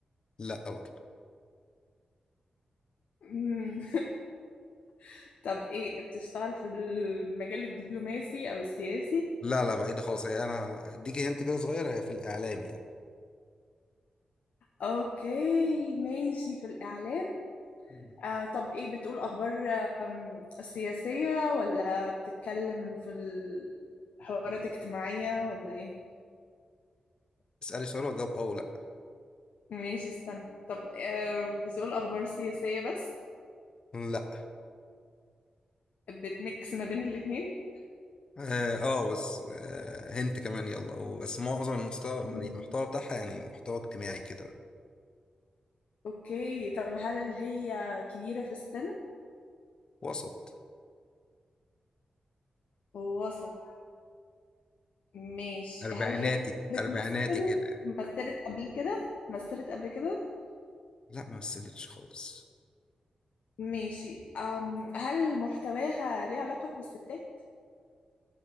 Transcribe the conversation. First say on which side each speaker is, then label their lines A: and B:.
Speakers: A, on the left; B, on the left.
A: لا برضه
B: مم. <laughs> طب إيه بتشتغل في المجال الدبلوماسي أو السياسي
A: لا لا بعيدة خالص هي انا هديكي هنت كده صغير هي في الاعلام
B: أوكي ماشي في الإعلام
A: يعني
B: آه طب إيه بتقول أخبار آم، السياسية ولا بتتكلم في الحوارات الاجتماعية ولا إيه
A: اسألي سؤال واجاوب اه ولا
B: ماشي استنى طب آه بتقول أخبار سياسية بس
A: لا
B: بتميكس ما بين الاتنين
A: اه آه، بس آه هنت كمان يلا أو بس معظم المستوى المحتوى
B: مم.
A: بتاعها يعني محتوى اجتماعي كده
B: أوكي طب هل هي كبيرة في السن؟
A: وسط
B: وسط ماشي
A: اربعيناتي
B: هل هي بتمثل
A: اربعيناتي كده يعني.
B: مثلت قبل كده؟ مثلت قبل كده؟
A: لا ما مثلتش خالص
B: ماشي أم هل محتواها ليه علاقة بالستات؟